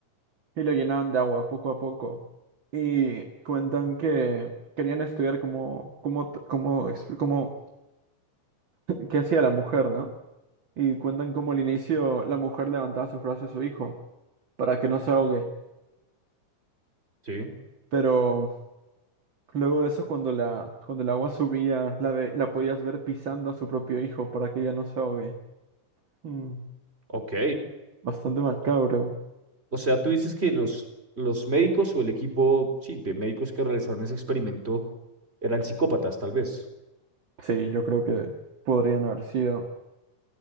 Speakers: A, on the right; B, on the right.
A: y lo llenaban de agua poco a poco. Y cuentan que querían estudiar cómo, cómo, t- cómo, exp- cómo- qué hacía la mujer, ¿no? Y cuentan cómo al inicio la mujer levantaba sus brazos a su hijo para que no se ahogue.
B: sí,
A: Pero luego de eso, cuando la, cuando el agua subía, la, ve- la podías ver pisando a su propio hijo para que ella no se ahogue. Mm,
B: ok.
A: bastante macabro.
B: O sea, tú dices que los, los médicos o el equipo, sí, de médicos que realizaron ese experimento eran psicópatas, tal vez.
A: Sí, yo creo que podrían haber sido.